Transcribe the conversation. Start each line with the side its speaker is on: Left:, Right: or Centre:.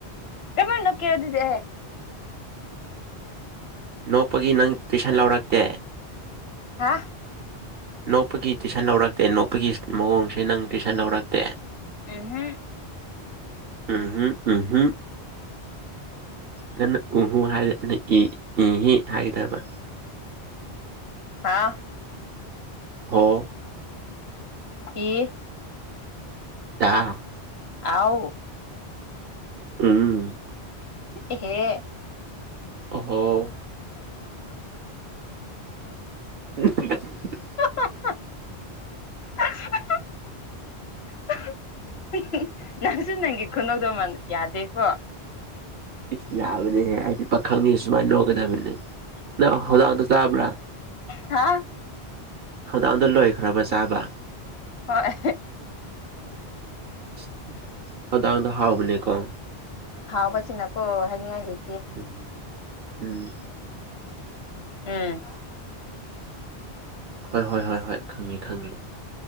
Left: ꯀꯔꯃꯥꯢ ꯅꯣꯛꯀꯦꯔ ꯑꯗꯨꯗꯤ
Right: ꯅꯣꯛꯄꯒꯤ ꯅꯪ ꯇꯨꯏꯁꯟ ꯂꯧꯔꯛꯇꯦ
Left: ꯍꯥ
Right: ꯅꯣꯛꯄꯒꯤ ꯇꯨꯏꯁꯟ ꯂꯧꯔꯛꯇꯦ ꯅꯣꯛꯄꯒꯤ ꯃꯑꯣꯡꯁꯦ ꯅꯪ ꯇꯨꯏꯁꯟ ꯂꯧꯔꯛꯇꯦ
Left: ꯎꯝꯍꯨꯝ
Right: ꯎꯝꯍꯨꯝ ꯎꯝꯍꯨꯝ ꯅꯪꯅ ꯎꯍꯨ ꯍꯥꯏꯔꯗꯤ ꯑꯩꯅ ꯍꯥꯏ ꯏꯍꯤ ꯍꯥꯏꯒꯗꯕ
Left: ꯍꯥꯥ
Right: ꯑꯣ
Left: ꯑꯦ
Right: ꯗꯥ
Left: ꯑꯥꯎ
Right: ꯎꯝ
Left: ꯑꯦꯍꯦ
Right: ꯑꯣꯍꯣ <unintelligible>
Left: <unintelligible> <unintelligible> ꯅꯪꯁꯨ ꯅꯪꯒꯤ ꯈꯨꯅꯣꯛꯗꯣꯃꯟ ꯌꯥꯗꯦꯀꯣ
Right: ꯏꯁ ꯌꯥꯕꯅꯦꯍꯦ ꯑꯩꯗꯤ ꯄꯥꯈꯪꯅꯤ ꯁꯨꯃꯥꯏꯅ ꯅꯣꯛꯒꯗꯕꯅꯦ ꯅꯪ ꯍꯣꯗꯥꯡꯗ ꯆꯥꯕ꯭ꯔꯥ
Left: ꯍꯥꯥ
Right: ꯍꯧꯗꯣꯡꯗꯣ ꯂꯣꯏꯈ꯭ꯔꯕ ꯆꯥꯕ
Left: ꯍꯣꯏ
Right: ꯑꯁ ꯍꯣꯗꯣꯡꯗꯣ ꯍꯥꯎꯕꯅꯦꯀꯣ
Left: ꯍꯥꯎꯕꯁꯤꯅꯀꯣ ꯍꯥꯏꯅꯤꯡꯉꯥꯏ ꯂꯩ
Right: ꯎꯝ ꯎꯝ
Left: ꯎꯝ
Right: ꯍꯣꯏ ꯍꯣꯏ ꯍꯣꯏ ꯍꯣꯏ ꯈꯪꯉꯤ ꯈꯪꯉꯤ